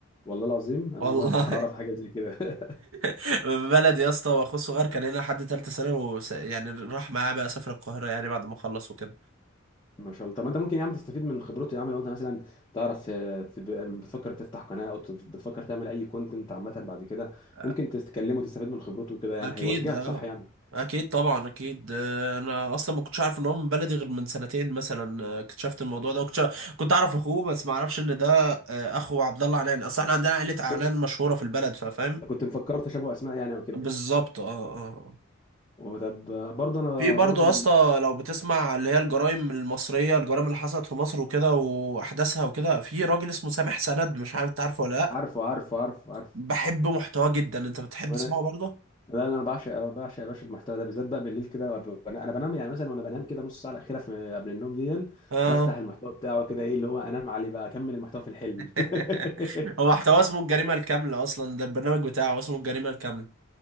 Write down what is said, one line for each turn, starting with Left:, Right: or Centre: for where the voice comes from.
Left: والله العظيم انا
Right: والله
Left: اول مره <laughs> اعرف حاجه زي كده <laughs>
Right: <laughs> من بلدي يا اسطى واخوه الصغير كان هنا لحد ثالثه ثانوي وس- يعني راح معاه بقى سافر القاهره يعني بعد ما خلص وكده
Left: ما شاء الله طب ما انت ممكن يا عم تستفيد من خبرته يا عم لو انت مثلا تعرف آه، تب- بتفكر تفتح قناه او تف- بتفكر تعمل اي كونتنت عامه بعد كده
Right: آه،
Left: ممكن تتكلمه وتستفيد من خبرته وكده يعني
Right: اكيد
Left: هيوجهك
Right: اه
Left: صح يعني
Right: اكيد طبعا اكيد آه، انا اصلا ما كنتش عارف ان هو من بلدي غير من سنتين مثلا آه، اكتشفت الموضوع ده وكنت كنت اعرف اخوه بس ما اعرفش ان ده آه، اخو عبد الله عنان اصل احنا عندنا عائله عنان
Left: كنت
Right: مشهوره في البلد فاهم
Left: كنت مفكر تشابه اسماء يعني او كده
Right: بالظبط اه اه
Left: وطب برضه انا
Right: في برضه
Left: برضه
Right: يا
Left: من
Right: اسطى لو بتسمع اللي هي الجرائم المصرية الجرائم اللي حصلت في مصر وكده وأحداثها وكده في راجل اسمه سامح سند مش عارف انت عارفه ولا لأ
Left: عارفه عارفه عارفه عارفه
Right: بحب محتواه جدا انت بتحب
Left: وانا
Right: تسمعه برضه؟
Left: لا لا انا بعشق بعشق يا باشا المحتوى ده بالذات بقى بالليل كده وأب- انا أنا بنام يعني مثلا وانا بنام كده نص ساعه الاخيره في قبل النوم دي
Right: اه
Left: بفتح المحتوى بتاعه كده ايه اللي هو انام عليه بقى اكمل المحتوى في الحلم
Right: <laughs>
Left: <laughs>
Right: هو محتواه اسمه الجريمة الكاملة أصلا ده البرنامج بتاعه اسمه الجريمة الكاملة